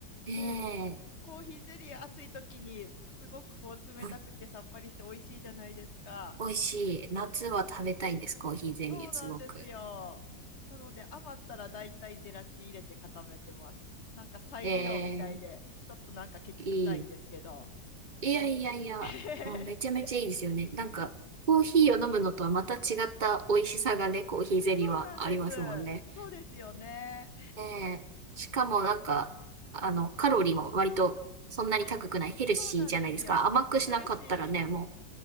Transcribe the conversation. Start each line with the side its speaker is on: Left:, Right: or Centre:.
Right: ねえ、
Left: ね、コーヒーゼリー暑い時にすごくこう冷たくてさっぱりして美味しいじゃないですか。
Right: うん美味しい。夏は食べたいんです、コーヒーゼリー、
Left: そうなんですよ。
Right: すごく。
Left: なので余ったらだいたいゼラチン入れて固めてます。なんか再利用みたいで、
Right: え
Left: ちょっとなんかケチくさいんですけど。
Right: いい。いやいやいや、
Left: <laughs>
Right: もうめちゃめちゃいいですよね。なんか、コーヒーを飲むのとはまた違った美味しさがね、コーヒーゼリーはありますもんね。
Left: そうなんです。そうですよね。
Right: ねえしかもなんか、あの、カロリーも割とそんなに高くない、
Left: あ、そうなんですよ。
Right: ヘルシーじゃないですか。甘くしなかったらね、
Left: ヘルシー。
Right: も